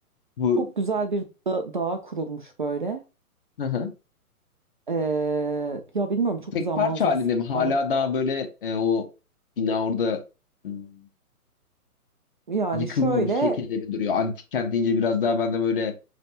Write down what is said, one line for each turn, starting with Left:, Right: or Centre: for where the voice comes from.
Left: Bu
Right: Çok güzel bir da dağ kurulmuş böyle.
Left: hı hı.
Right: Ee, ya bilmiyorum çok
Left: Tek
Right: güzel
Left: parça
Right: manzarası.
Left: halinde mi? Hala
Right: var.
Left: daha böyle e, o bina orada hmm,
Right: Yani
Left: yıkılmamış
Right: şöyle
Left: şekilde bir duruyor. Antik kent deyince biraz daha bende böyle